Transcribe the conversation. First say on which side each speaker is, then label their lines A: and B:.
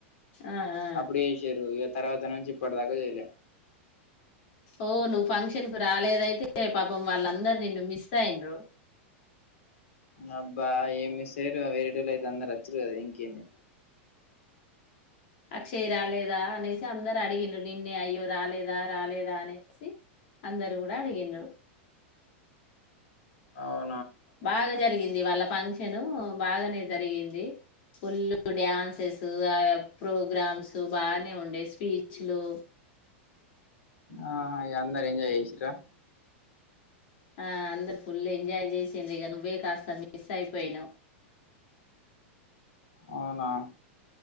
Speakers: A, on the left (about 55°); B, on the left (about 85°).
A: ఆ ఆ
B: అప్పుడు చేషిరు ఇగా తర్వాత నుంచి ఇప్పుడుతాక చేలే
A: ఓ నువ్వు ఫంక్షన్ కు రాలేదయితే పాపం వాళ్ళందరు నిన్ను మిస్ అయిన్రు
B: అబ్బా ఏమి మిస్ అయిరు వేరేటోళ్ళు అయితే అందరు వచ్చారీ కదా ఇంకేంది
A: అక్షయ్ రాలేదా అనేసి అందరు అడిగిరూ నిన్నే అయ్యో రాలేదా రాలేదా అనేసి అందరు కూడా అడిగిండ్రు
B: ఆవు
A: బాగా జరిగింది వాళ్ళ ఫంక్షన్ను బాగానే జరిగింది ఫుల్ డ్యాన్సెస్ ప్రోగ్రామ్స్ బానే ఉండే స్పీచ్ పిచ్చలో
B: ఆహ్ ఇగ అందర్ ఎంజాయ్ చేసిరా
A: ఆహ్ అందరు ఫుల్ ఎంజాయ్ చేసిండ్రు ఇక నువ్వే కాస్త మిస్ అయిపోయినావు
B: అవునా